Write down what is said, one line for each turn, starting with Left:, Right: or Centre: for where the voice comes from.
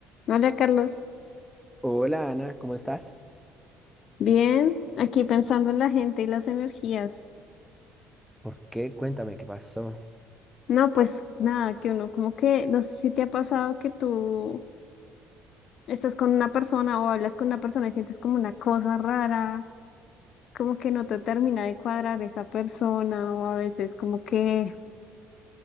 Left: Hola Carlos,
Centre: Hola Ana, ¿cómo estás?
Left: bien, aquí pensando en la gente y las energías.
Centre: ¿Por qué? Cuéntame qué pasó.
Left: No, pues nada, que uno como que, no sé si te ha pasado que tú estás con una persona o hablas con una persona y sientes como una cosa rara, como que no te termina de cuadrar esa persona o a veces como que,